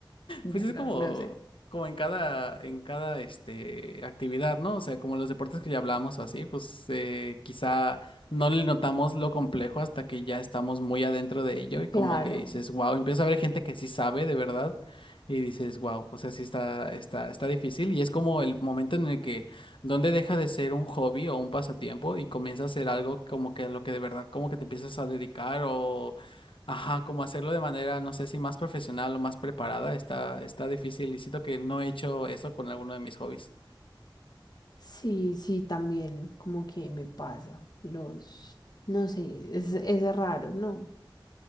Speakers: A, on the left (about 50°); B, on the left (about 75°).
A: yo
B: Pues es
A: no,
B: como,
A: no sé.
B: como en cada, en cada este, actividad, ¿no? O sea, como los deportes que ya hablamos o así, pues eh, quizá no le notamos lo complejo hasta que ya estamos muy adentro de ello y como
A: Claro.
B: que dices, wow, empieza a ver gente que sí sabe de verdad y dices, wow, o sea, sí está, está, está difícil y es como el momento en el que donde deja de ser un hobby o un pasatiempo y comienza a ser algo como que a lo que de verdad como que te empiezas a dedicar o Ajá, como hacerlo de manera, no sé si más profesional o más preparada, está, está difícil y siento que no he hecho eso con alguno de mis hobbies.
A: Sí, sí, también como que me pasa los, no sé, es, es raro, ¿no?